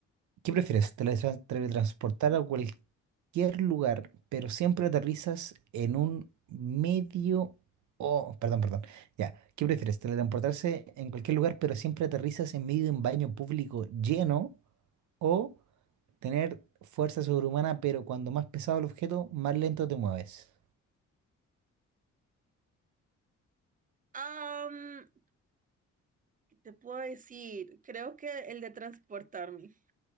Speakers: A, on the right (about 75°); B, on the right (about 25°).
A: ¿Qué prefieres? ¿Teletra- ¿Teletransportar a cualquier lugar, pero siempre aterrizas en un medio... o perdón, perdón. Ya. ¿Qué prefieres? ¿Teletransportarse en cualquier lugar, pero siempre aterrizas en medio de un baño público lleno o Tener fuerza sobrehumana, pero cuando más pesado el objeto, más lento te mueves.
B: Am, ¿qué te puedo decir? Creo que el de transportarme.